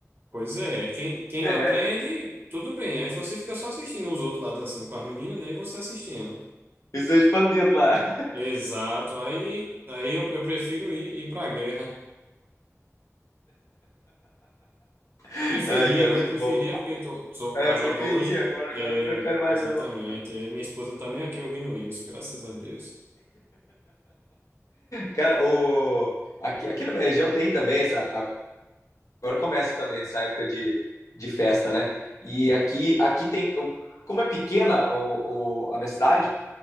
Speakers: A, on the right; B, on the left.
A: Pois é, quem, quem
B: É,
A: não aprende, tudo bem. Aí você fica só assistindo os outros lá dançando com as meninas, né? E você assistindo.
B: isso é expandido lá.
A: Exato. Aí, aí eu, eu prefiro ir, ir para a guerra.
B: <laughs>
A: Preferia,
B: Ai, cara,
A: né?
B: muito
A: Preferia,
B: bom.
A: porque tô- sou
B: É,
A: casado
B: eu preferia,
A: hoje.
B: agora,
A: É,
B: agora eu não prefere mais,
A: exatamente.
B: não.
A: É, minha esposa não tá nem aqui ouvindo isso, graças a Deus.
B: Cara, o, aqui, aqui na minha região tem também essa. Agora começa também essa época de, de festa, né? E aqui, aqui tem. o Como é pequena o, o- a minha cidade,